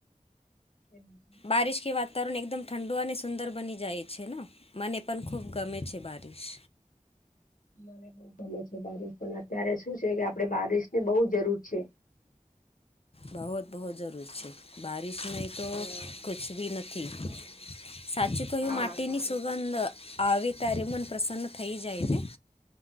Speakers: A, on the left (about 85°); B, on the left (about 45°).
A: એવું છે.
B: બારિશ કે વાતાવરણ એકદમ ઠંડુ અને સુંદર બની જાય છે ને. મને પણ ખૂબ ગમે છે બારિશ.
A: મને બઉ ગમે છે બારિશ પણ અત્યારે શું છે કે આપડે બારીશ ને બહુ જરૂર છે.
B: બહુત બહુ જરૂરી છે બારિશમાં તો
A: હમ.
B: કુછ બી નથી.
A: હમ
B: સાચું કહ્યું
A: હા
B: માટીની
A: મારી
B: સુગંધ આવે ત્યારે મન પ્રસન્ન થઈ જાય છે.